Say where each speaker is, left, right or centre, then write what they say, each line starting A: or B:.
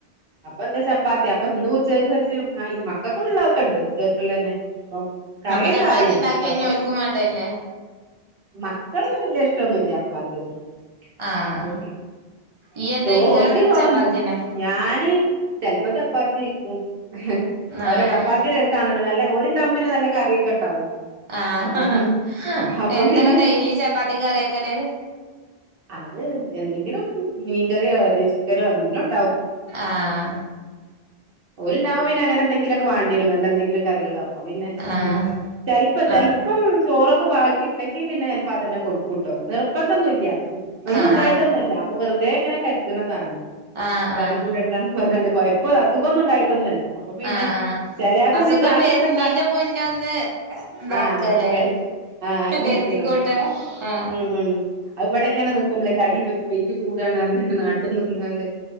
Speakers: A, on the right; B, on the right.
A: അപ്പൊ എന്താ ചപ്പാത്തി അപ്പൊ ഇന്ന് ഉച്ചക്ക് വെച്ച ഉണ്ടായി ആ മക്കൊക്കും പിള്ളൊർക്കും ഉണ്ട് ഉച്ചേക്കുള്ളേനെ അപ്പം കറിയൊക്കെ
B: അപ്പൊ ചപ്പാത്തി
A: ആയിന്
B: ഉണ്ടാക്കി
A: ചപ്പ
B: കഴിഞ്ഞ് ഓല്ക്കും വേണ്ടേല്ലേ
A: മക്കള് ഇവിടെ വല്യ ഇഷ്ടൊന്നും ഇല്ല ചപ്പാത്തിയൊന്നും
B: ആഹ്
A: അപ്പൊ
B: ഇയ്യ് എന്താ
A: ചോറ്
B: കഴിക്കാ
A: ഓൽക്ക് ചോറുണ്ട്
B: ചപ്പാത്തിയന്നെ
A: ഞാന് ചെലപ്പം ചപ്പാ ത്തിക്കും
B: ആഹ്
A: ഒരേ ചപ്പാത്തി രസണല്ല നല്ല ഒര് ഉണ്ടവുമ്പോക്കെ നല്ല കറിയൊക്കെ ഉണ്ടാവും.
B: ആഹ്
A: അപ്പൊ
B: എന്താ
A: പിന്നെ
B: ഡെയ്ലി ചപ്പാത്തിക്ക് കറി വെക്കാല്.
A: അത് എന്തെങ്കിലും മീൻകറിയോ ചിക്കനോ എന്തെങ്കിലും ഉണ്ടാവും.
B: ആഹ്
A: ഒല്ണ്ടാവുപ്പോ പിന്നെ അങ്ങനെ എന്തെങ്കിലും വേണ്ടെരും നല്ല എന്തെങ്കിലും കറികളോ. അപ്പൊപിന്നെ
B: ആഹ്
A: ചെലപ്പോ ചെലപ്പോ
B: ആഹ്
A: ചോറൊക്കെ ബാക്കി ഉണ്ടെങ്കി പിന്നെ ചിലപ്പോ അതന്നെ കൊടുക്കും ട്ടോ നിർബന്ധം ഒന്നും ഇല്ല ഒന്നും
B: ആഹ്
A: ഉണ്ടായിട്ടൊന്നല്ല അപ്പൊ വെറുതെ ഇങ്ങനെ കരര്ത്‌ണതാണ്.
B: ആഹ്
A: തടി
B: ആഹ്
A: കൂടണ്ടന്ന് പറഞ്ഞ്ങ്ങണ്ട് കുഴപ്പല അസുഖം ക്കൊന്നും ഇണ്ടായിട്ടൊന്നല്ല അപ്പൊ പിന്നെ.
B: ആഹ് ആഹ്
A: ചെലെപ്പോ
B: അസുഖം
A: എന്തെലും ബാക്കിയൊക്കെ
B: വരുന്നീന്റെ
A: ഇണ്ടാ
B: മുന്നേ ഒന്ന് ഇതാക്കല്ലേ
A: ആഹ് ആഹ് കര്ത്ണതാ
B: കരുതിക്കൂട്ട ആഹ്
A: ഉം ഉംഅത് ഇവിടെ ങ്ങനെ നിക്കുമ്പളെ തടി വയിറ്റ് കൂടാണ് പറഞ്ഞിട്ട് നാട്ടിൽ നിന്നാണ്ട്